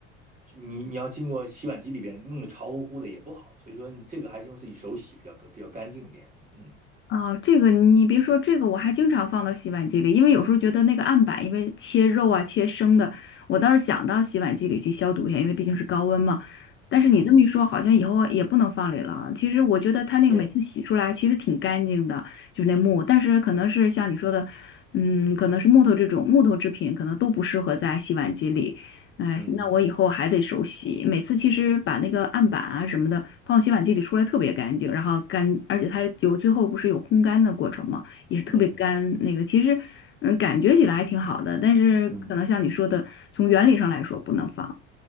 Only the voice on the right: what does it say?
你你要经过洗碗机里边弄得潮乎乎的也不好，所以说你这个还是用自己手洗比较比较干净一点。嗯
嗯，
是，
嗯
嗯
嗯。